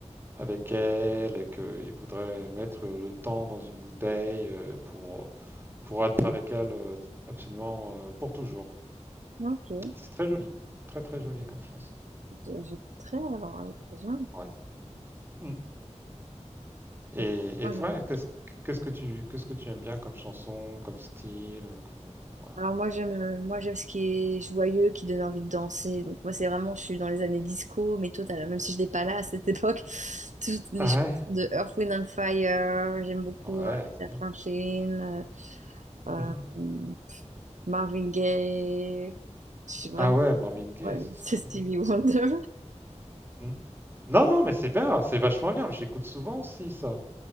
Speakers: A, on the right; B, on the right.
A: avec elle et qu'il voudrait mettre le temps dans une bouteille euh, pour, pour être avec elle euh, absolument euh, pour toujours.
B: Ok, Écoute,
A: C'est très joli, très très joli comme chanson.
B: euh, j'écouterai alors à l'occasion.
A: Ouais. Mm. Et,
B: Mais
A: et toi,
B: moi, je-
A: qu'est-ce qu'est-ce que tu qu'est-ce que tu aimes bien comme chanson, comme style, euh, comme euh, voilà.
B: Alors moi j'aime euh, moi j'aime ce qui est joyeux, qui donne envie de danser. Donc moi c'est vraiment, je suis dans les années disco, mais total, même si je n'étais pas là à cette époque, <laughs> toutes les
A: Ah
B: chansons
A: ouais?
B: de Earth, Wind and Fire, j'aime beaucoup
A: Ouais,
B: euh,
A: c'est
B: Aretha
A: bien.
B: Franklin, euh,
A: Mhm.
B: euh, Marvin Gaye. Je suis vraiment...
A: Ah ouais, Marvin Gaye,
B: Ouais,
A: c'est
B: <laughs> c'est
A: splendide.
B: Stevie Wonder.
A: ça. Mm. Non, non, mais c'est bien, c'est vachement bien. J'écoute souvent aussi ça.